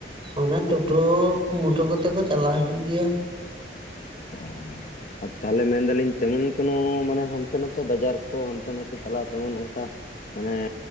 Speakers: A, on the right; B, on the left.
A: ᱚᱱᱮ ᱴᱳᱴᱳ ᱢᱚᱴᱳ ᱠᱚᱛᱮ ᱠᱚ ᱪᱟᱞᱟᱣ ᱦᱤᱡᱩᱜ ᱜᱮᱭᱟ᱾
B: ᱚᱻ ᱛᱟᱦᱚᱞᱮ ᱢᱮᱱᱫᱟᱞᱤᱧ ᱛᱮᱢᱚᱱ ᱠᱳᱱᱳ ᱢᱟᱱᱮ ᱦᱟᱱᱛᱮ ᱱᱟᱛᱮ ᱵᱟᱡᱟᱨ ᱠᱚ ᱦᱟᱱᱛᱮ ᱱᱟᱛᱮ ᱪᱟᱞᱟᱣ ᱛᱮᱢᱚᱱ ᱚᱱᱠᱟ ᱢᱟᱱᱮᱻ